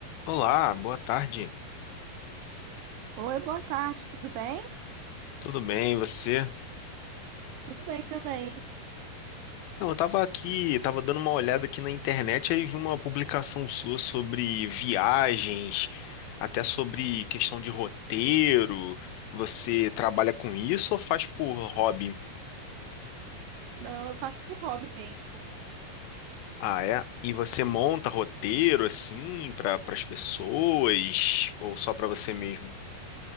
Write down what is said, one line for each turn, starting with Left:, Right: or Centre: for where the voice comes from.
Left: Olá, boa tarde.
Right: Oi, boa tarde, tudo bem?
Left: Tudo bem, e você?
Right: Tudo bem também.
Left: Não, eu tava aqui, tava dando uma olhada aqui na internet aí vi uma publicação sua sobre viagens, até sobre questão de roteiro. Você trabalha com isso ou faz por hobby?
Right: Não, eu faço por hobby mesmo.
Left: Ah, é? E você monta roteiro assim para as pessoas ou só para você mesmo?